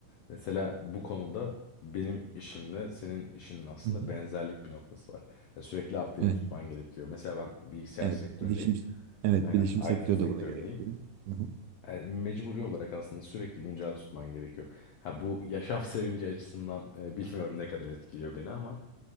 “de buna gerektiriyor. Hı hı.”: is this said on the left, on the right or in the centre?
Right